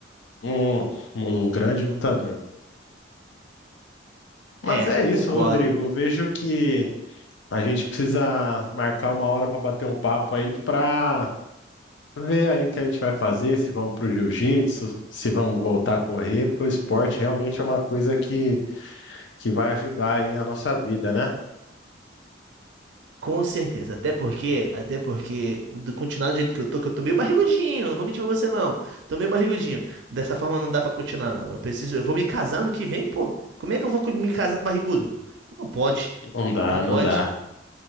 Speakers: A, on the left; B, on the right.
A: Um, um grande lutador.
B: É,
A: Mas é isso,
B: concordo.
A: Rodrigo. Eu vejo que a gente precisa marcar uma hora para bater um papo aí para ver aí o que a gente vai fazer, se vamos para o jiu-jitsu, se vamos voltar a correr, porque o esporte realmente é uma coisa que, que vai ajudar aí a nossa vida, né?
B: Com certeza, até porque, até porque, do continuar do jeito que eu tô, que eu tô meio barrigudinho, não vou mentir pra você não. Tô meio barrigudinho. Dessa forma não dá pra continuar, não. Eu preciso, eu vou me casar no que vem, pô. Como é que eu vou me casar barrigudo? Não pode.
A: Não dá,
B: Não pode.
A: não dá.